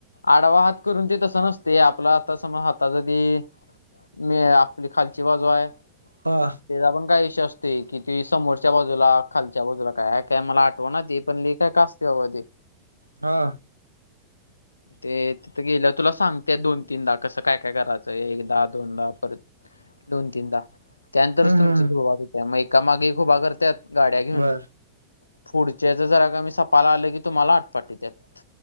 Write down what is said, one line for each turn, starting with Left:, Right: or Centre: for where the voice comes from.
Left: आडावा हात करून ते तसं नसते आपलं आता समज हात जरी मी आपली खालची बाजू आहे
Right: हा
Left: त्याचा पण काय विषय असते की त समोरच्या बाजूला खालच्या बाजूला काय काय मला आठव ना ते पण लि काय काय असत ह ते
Right: हा
Left: ते तिथं गेलं तुला सांगतेय दोन तीनदा कसं काय काय करायचंय एकदाहा दोनदा परत दोन तीनदा त्यानंतरच
Right: हम्म
Left: तुमच्या
Right: हम्म
Left: सुरुवात होते मग एका मागे खुभ करतत गाड्या घेऊन
Right: बर
Left: पुढच्याच जरा का मी सपाला आलो की तुम्हाला आटपाट यत आहेत